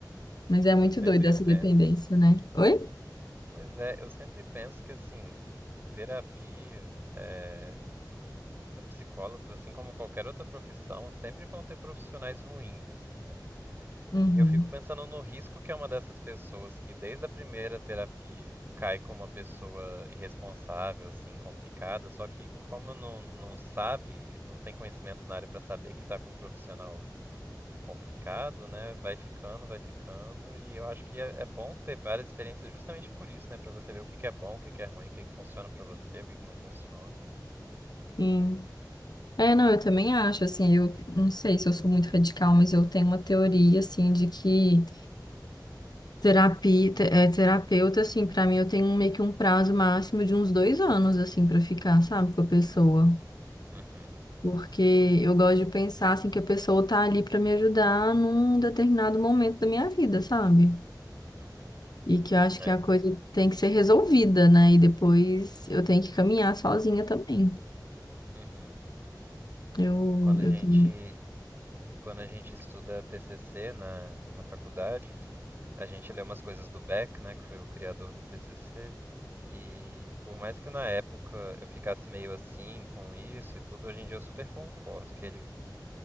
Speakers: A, on the left; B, on the right.
A: Mas é muito
B: Eu sempre
A: doido essa
B: penso.
A: dependência,
B: e-
A: né? Oi?
B: Pois é, eu sempre penso que assim, terapia, é, psicólogos, assim como qualquer outra profissão, sempre vão ter profissionais ruins, assim, né?
A: Uhum.
B: E eu fico pensando no risco que é uma dessas pessoas que desde a primeira terapia cai como uma pessoa irresponsável, assim, complicada, só que como não, não sabe, não tem conhecimento na área para saber que está com um profissional complicado, né? Vai ficando, vai ficando, e eu acho que é, é bom ter várias experiências justamente por isso, né? Para você ver o que que é bom, o que que é ruim, o que que funciona para você, o que que não funciona.
A: Sim. É, não, eu também acho, assim, eu não sei se eu sou muito radical, mas eu tenho uma teoria, assim, de que terapia, te- é, terapeuta, assim, pra mim eu tenho um- meio que um prazo máximo de uns dois anos, assim, pra ficar, sabe, com a pessoa.
B: Uhum,
A: Porque eu gosto de pensar, assim, que a pessoa tá ali pra me ajudar num determinado momento da minha vida, sabe?
B: uhum.
A: E que eu acho
B: É.
A: que a coisa tem que ser resolvida, né? E depois eu tenho que caminhar sozinha também.
B: Uhum.
A: Eu,
B: Quando
A: eu
B: a gente
A: tenho.
B: Quando a gente estuda TCC na, na faculdade, a gente lê umas coisas do Beck, né, que foi o criador da TCC, e por mais que na época eu ficasse meio assim com isso e tudo, hoje em dia eu super concordo que ele,